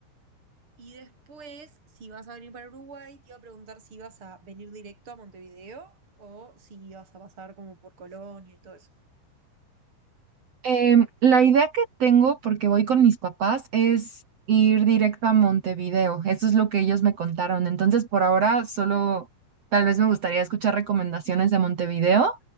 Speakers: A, on the right; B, on the right.
A: Y después, si vas a venir para Uruguay, te iba a preguntar si ibas a venir directo a Montevideo o si ibas a pasar como por Colonia y todo eso.
B: Em, la idea que tengo, porque voy con mis papás, es ir directo a Montevideo. Eso es lo que ellos me contaron. Entonces, por ahora, solo tal vez me gustaría escuchar recomendaciones de Montevideo.